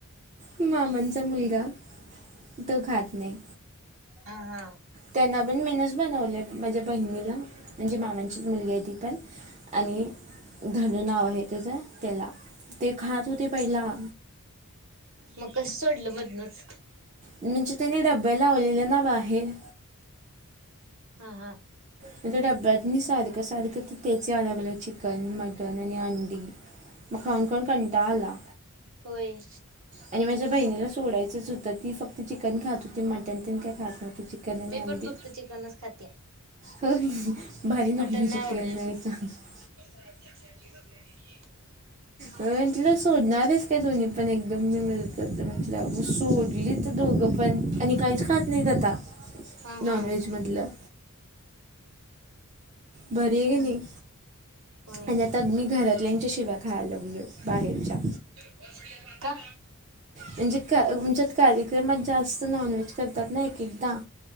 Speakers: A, on the right; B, on the right.
A: मामांचा मुलगा तो खात नाही.
B: ह हा.
A: त्यांना पण मी नच बनवले माझ्या बहिणीला म्हणजे मामांची मुलगी आहे ती पण. आणि. धनू नाव आहे त्याचं त्याला ते खात होते पहिला्
B: मग कसं सोडलं मधन च.
A: म्हणजे त्यांने डब्ब्या ओलेले ना बाहेर.
B: हा हा.
A: म्हणजे डब्यातनी सारखं सारखं तर त्यांचे यालाग चिकन मटन. आणि अंडी मग खाऊन खाऊन कंटाळा आला.
B: होय.
A: आणि माझ्या बहिणीला सोडायचंच होतं ती फक्त चिकन खात होती मटण ते काय खात नव्हती. चिकन आणि
B: मी
A: अंडी
B: पण फक्त चिकनच खाते.
A: हो भारी
B: मटन
A: ना <unintelligible>
B: नाही आवडत <unintelligible>
A: मग म्हटलं सोडणारच काय दोन्ही पण एकदम, मी मदत करतो म्हण <unintelligible> सोडलीत दोघं पण, आणि काहीच खात नाहीत आता.
B: हा
A: नॉनव्हेजमधलं
B: हा.
A: भारी आहे
B: हम्म
A: का नाही,
B: होय.
A: आणि आता मी घरातल्यांच्या शिवा्या खायलो- हम बाहेरच्या.
B: <unintelligible> का?
A: म्हणजे का, आमच्यात कार्यक्रमात क्रमात जास्त नॉन व्हेज करतात ना एक एकदा